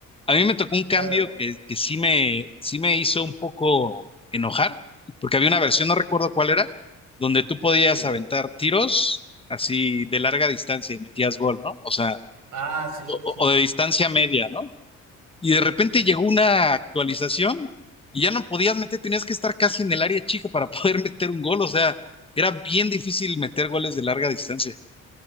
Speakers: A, on the left (about 20°); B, on the right (about 75°).
A: A mí me tocó un cambio
B: claro.
A: que, que sí me, sí me hizo un poco enojar, porque había una versión, no recuerdo cuál era, donde tú podías
B: Sí.
A: aventar tiros así de larga distancia y metías gol, ¿no? O sea,
B: Ah, sí,
A: o,
B: sí.
A: o de distancia media, ¿no? y de repente
B: Ujú.
A: llegó una actualización y ya no podías meter, tenías que estar casi en el área chica para <laughs> poder meter un gol, o sea, era bien difícil meter goles de larga distancia,